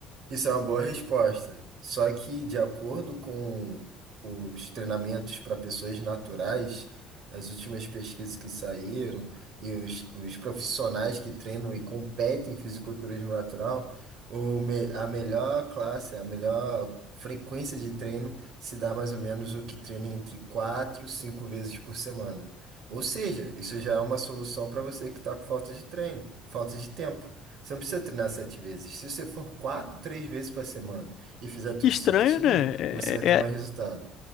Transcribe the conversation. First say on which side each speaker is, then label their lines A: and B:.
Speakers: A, on the right; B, on the left.
A: Isso é uma boa resposta. Só que, de acordo com os treinamentos para pessoas naturais, as últimas pesquisas que saíram e os, os profissionais que treinam e competem em fisiculturismo natural, o, me- a melhor classe, a melhor frequência de treino se dá mais ou menos o que treina entre quatro e 5 vezes por semana. Ou seja, isso já é uma solução para você que está com falta de treino, falta de tempo. Você não precisa treinar sete vezes. Se você for quatro, três vezes por semana e fizer tudo
B: Estranho,
A: certinho,
B: né? É,
A: você vai ter
B: é,
A: mais
B: é
A: resultado.